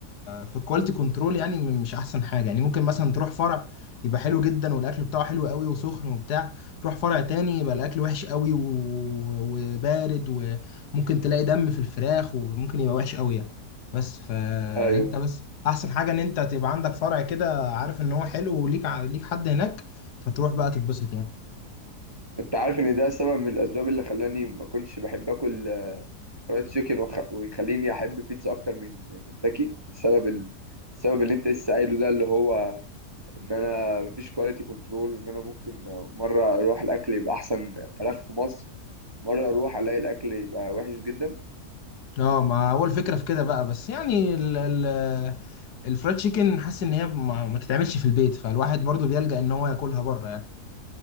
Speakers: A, on the left (about 75°); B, on the right (about 20°).
A: في الكواليتي كنترول يعني مش احسن حاجة يعني ممكن مثلا تروح فرع يبقى حلو جدا والاكل بتاعه حلو قوي وسخن وبتاع تروح فرع تاني يبقى الاكل وحش قوي و... وبارد وممكن تلاقي دم في الفراخ وممكن يبقى وحش قوي يعني بس فانت
B: ايوه
A: بس احسن حاجة ان انت تبقى عندك فرع كده عارف ان هو حلو وليك ع- ليك حد هناك فتروح بقى تتبسط يعني
B: انت عارف ان ده سبب من الاسباب اللي خلاني ما كنتش بحب اكل فرايد تشيكن وخ... ويخليني احب بيتزا اكتر من كنتاكي السبب ال... السبب اللي انت لسه قايله ده اللي هو ان انا مفيش كواليتي كنترول وان انا ممكن مره اروح الاكل يبقى احسن فراخ في مصر مره اروح الاقي الاكل يبقى وحش جدا
A: اه ما هو الفكره في كده بقى بس يعني ال ال الفرايد تشيكن حاسس ان هي ما, ما تتعملش في البيت فالواحد برضو بيلجأ ان هو ياكلها بره يعني